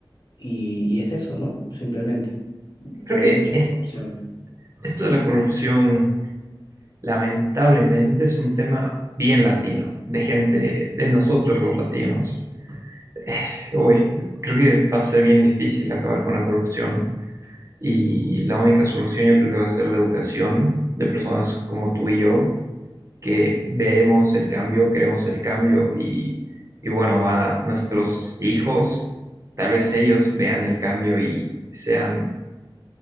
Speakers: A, on the left; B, on the right.
A: y- y es eso, ¿no? Simplemente, hay
B: que
A: mucha
B: es-
A: corrupción.
B: esto de la corrupción, lamentablemente, es un tema bien latino, de gente, de nosotros los latinos. Eh, uy, creo que va a ser bien difícil acabar con la corrupción. Y la única solución yo creo que va a ser la educación de personas como tú y yo, que vemos el cambio, queremos el cambio y, y bueno, va nuestros hijos, tal vez ellos vean el cambio y sean